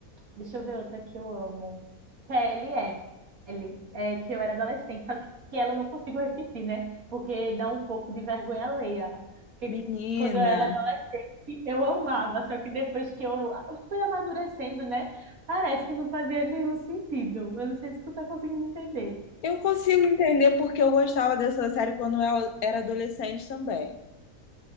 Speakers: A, on the right; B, on the left.
A: Deixa eu ver outra que eu amo. PLL, é, que eu era adolescente, só que ela eu não consigo repetir, né? Porque dá um pouco de vergonha alheia. Porque
B: Menina,
A: quando eu era adolescente, eu amava, só que depois que eu fui amadurecendo, né? Parece que não fazia nenhum sentido. Eu não sei se tu tá conseguindo entender.
B: eu consigo entender porque eu gostava dessa série quando eu era adolescente também.